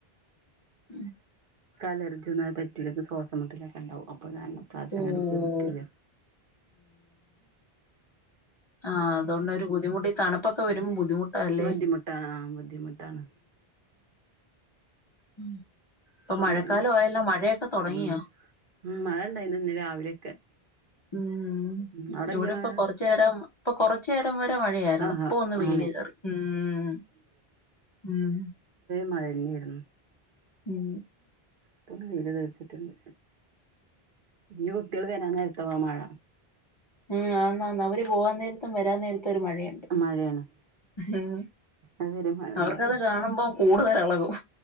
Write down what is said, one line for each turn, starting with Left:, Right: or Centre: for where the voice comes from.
Left: ഉം
Right: ഇക്ക് അലർജിയൊന്നും അങ്ങന പറ്റൂല ഇക്ക് ശ്വാസമുട്ടലൊക്കെ ഉണ്ടാവും അപ്പൊ കാരണം ഇപ്രാവശം
Left: പോയി
Right: എങ്ങടും പോയിട്ടില്ല
Left: ആ
Right: അങ്ങനെ
Left: അതുകൊണ്ടൊരു ബുദ്ധിമുട്ട് ഈ തണുപ്പൊക്കെ വരുമ്പോ ബുദ്ധിമുട്ടാല്ലേ
Right: ബുദ്ധിമുട്ടാണ് ആ ബുദ്ധിമുട്ടാണ്
Left: ഉം ഇപ്പൊ
Right: അപ്പൊ
Left: മഴക്കാലായല്ലോ
Right: അങ്ങനെ
Left: മഴയൊക്കെ തൊടങ്ങിയോ?
Right: ഉം ഉം മഴണ്ടായിന്ന് ഇന്ന് രാവിലെയൊക്കെ
Left: ഉം
Right: ഉം അവിടെല്ലേ
Left: ഇവിടെ ഇപ്പൊ
Right: മഴ
Left: കൊറച്ചേരം ഇപ്പൊ കൊറച്ചേരം ച്ചേരം വരെ മഴയായിരുന്നു
Right: ആഹാ
Left: ഇപ്പൊ ഒന്ന്
Right: ആ
Left: വെയില് കേറി ഉം ഉം
Right: മഴന്നേയിരുന്നു
Left: ഉം
Right: ഇപ്പൊ വെയില് തീർച്ചിട്ടുണ്ട് ഇഞ് കുട്ടികൾ വരാന്നേരത്താവാ മഴ
Left: ഉം ആന്നാന്ന്‌ അവര് പോകാൻ നേരത്തും വരാൻ നേരത്തും ഒരു മഴയുണ്ട്
Right: മഴയാണ്
Left: ഉം
Right: അതുവരെ മഴ
Left: അവർക്കത്
Right: ഉണ്ടാവൂല
Left: കാണുമ്പോ കൂടുതലെളകും